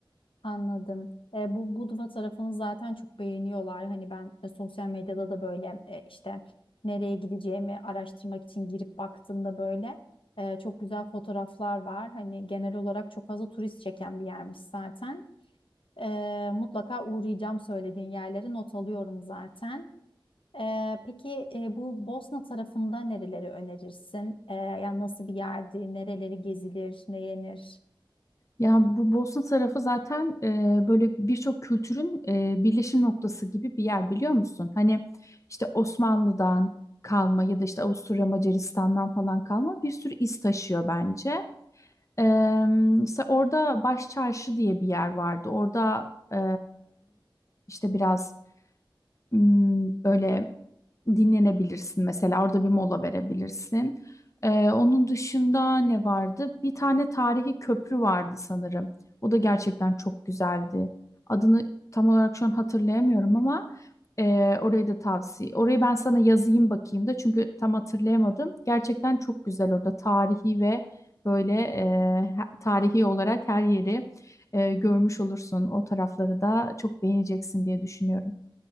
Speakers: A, on the left; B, on the left.
A: Anladım. E, bu Budva tarafını zaten çok beğeniyorlar. Hani ben e, sosyal medyada da böyle e, işte nereye gideceğimi araştırmak için girip baktığımda böyle e, çok güzel fotoğraflar var. Hani genel olarak çok fazla turist çeken bir yermiş zaten. E, mutlaka uğrayacağım söylediğin yerleri not alıyorum zaten. Ee, peki e, bu Bosna tarafında nereleri önerirsin? Ee, yani nasıl bir yerdi, nereleri gezilir, ne yenir?
B: Ya bu Bosna tarafı zaten e, böyle birçok kültürün e, birleşim noktası gibi bir yer biliyor musun? Hani işte Osmanlı'dan kalma ya da işte Avusturya Macaristan'dan falan kalma bir sürü iz taşıyor bence. E, işte orada Baş Çarşı diye bir yer vardı. Orada e, işte biraz Hmm, böyle dinlenebilirsin mesela orada bir mola verebilirsin. Ee, onun dışında ne vardı? Bir tane tarihi köprü vardı sanırım. O da gerçekten çok güzeldi. Adını tam olarak şu an hatırlayamıyorum ama e, orayı da tavsiye. Orayı ben sana yazayım bakayım da çünkü tam hatırlayamadım. Gerçekten çok güzel orada tarihi ve böyle e, he- tarihi olarak her yeri e, görmüş olursun. O tarafları da çok beğeneceksin diye düşünüyorum.